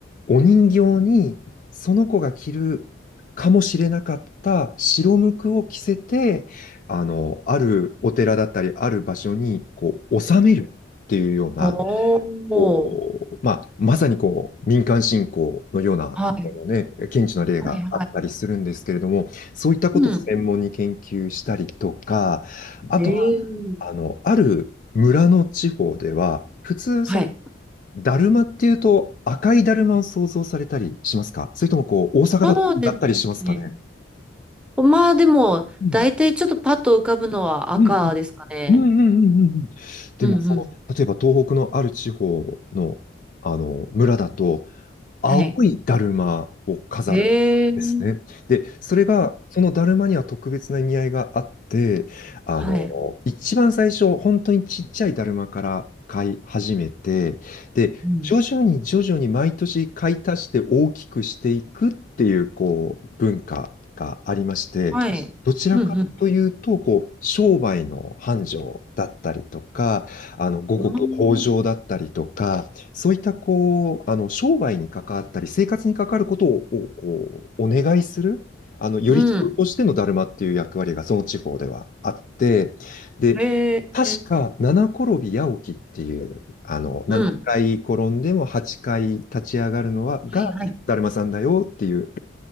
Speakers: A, on the left; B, in the centre.
A: お人形にその子が着るかもしれなかった白無垢を着せて、あの、あるお寺だったり、ある場所に、こう、納めるっていうような、
B: ほー。
A: こう、まあ、まさにこう、民間信仰のような、
B: はい。
A: ね、顕著な例があったりするんですけれども、
B: はい。はい。
A: そういったことを専門に研究したりとか、
B: うん。
A: あとは、
B: へえ。
A: あの、ある村の地方では、普通、
B: はい。
A: そだるまっていうと赤いだるまを想像されたりしますかそれともこう、大阪だとだったりしますかね
B: そうですね。まあでも、
A: うん。
B: 大体ちょっとパッと浮かぶのは赤ですかね。
A: うん、うん、うん、うん、うんうん。でも、
B: うんうん。
A: その、例えば東北のある地方の、あの、村だと、青いだるまを飾るんですね。
B: はい。ええうん。
A: で、それが、そのだるまには特別な意味合いがあって、あの、
B: はい。
A: 一番最初、本当にちっちゃいだるまから買い始めて、で、
B: うん。
A: 徐々に徐々に毎年買い足して大きくしていくっていう、こう、文化がありまして、
B: はい。
A: どちらかというと、
B: うん
A: こう、商売の繁盛だったりとか、あの、五穀豊穣だったりとか、
B: うん。
A: そういったこう、あの、商売に関わったり、生活に関わることを、こう、お願いする、あの、より人としてのだるまっていう役割がその地方ではあって、
B: うん。
A: で、
B: へえ。
A: 確か七転び八起きっていう、あの、7回転んでも8回立ち上がるのは、
B: うん。はいはい。
A: が、だるまさんだよっていう